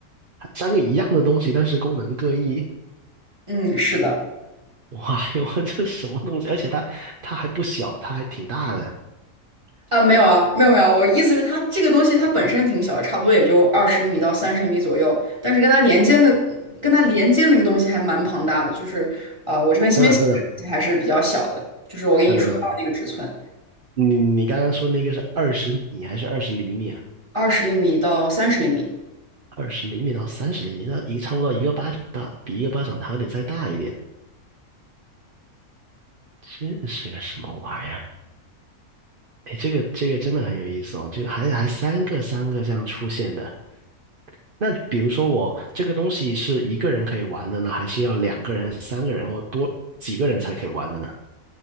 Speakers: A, on the right; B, on the right.
A: 三个一样的东西，但是功能各异。
B: 嗯，是的。
A: 哇哟，<laughs> 这什么东西？而且它它还不小，它还挺大的。
B: 啊，没有啊，没有没有，我意思是它这个东西它本身挺小，差不多也就二十米到三十米左右，但是跟它连接的跟它连接的那个东西还蛮庞大的，就是呃，我这边先别想这个东西还是比较小的，
A: 等等等等
B: 就是我跟你说到的那个尺寸，
A: 等等等等，你你刚刚说那个是二十米还是二十厘米啊？
B: 二十厘米到三十厘米。
A: 二十厘米到三十厘米，那一差不多一个巴掌大，比一个巴掌还得再大一点。这是个什么玩意儿？哎，这个这个真的很有意思哦，就还还三个三个这样出现的。那比如说我这个东西是一个人可以玩的呢，还是要两个人、三个人或多几个人才可以玩的呢？